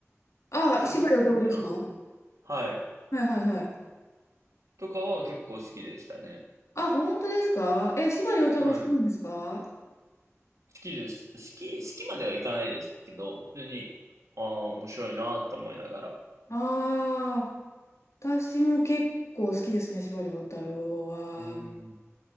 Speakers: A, on the left; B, on the right.
A: あ、
B: 小説なのかな
A: 柴良太郎ですかは
B: はい。
A: いはいはい。
B: とかは結構好きでしたね。
A: あ、本当ですかえ、司馬遼太郎好きなんですか
B: はい。好きです。好き、好きまではいかないですけど、普通に、ああ、面白いなって思いながら。
A: ああー、私も結構好きですね、司馬遼太郎は。
B: うーん。